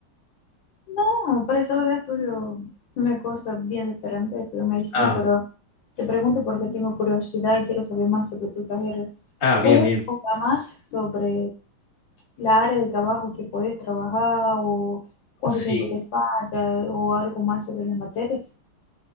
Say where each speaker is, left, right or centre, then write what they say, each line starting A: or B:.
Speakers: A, on the left; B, on the left.
A: No, por eso ahora estudio una cosa bien diferente, estudio medicina,
B: Ah,
A: pero te pregunto porque tengo curiosidad y quiero saber más sobre tu carrera.
B: ah, bien,
A: ¿Puedes
B: bien.
A: contar más sobre la área de trabajo que puedes trabajar o cuánto
B: Sí.
A: tiempo te falta o algo más sobre las materias?